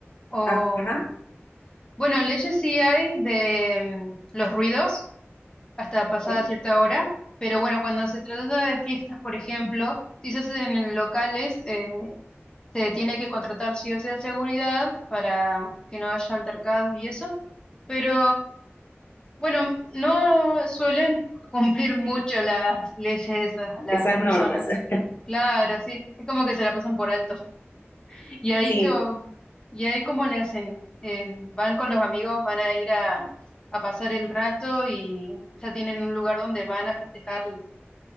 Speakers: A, on the left (about 20°); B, on the left (about 50°).
A: O,
B: Ajá,
A: bueno, leyes sí hay de mm, los ruidos hasta pasada
B: okay.
A: cierta hora, pero bueno, cuando se trata de fiestas, por ejemplo, si se hacen en locales, eh, se tiene que contratar sí o sí a seguridad para que no haya altercados y eso. Pero Bueno, no suelen cumplir mucho las leyes esas, las
B: esas
A: personas.
B: normas. <laughs>
A: Claro, sí, es como que se la pasan por alto. ¿Y ahí,
B: Sí,
A: que y ahí cómo le hacen? Eh, ¿van con los amigos, van a ir a, a pasar el rato y ya tienen un lugar donde van a festejar tu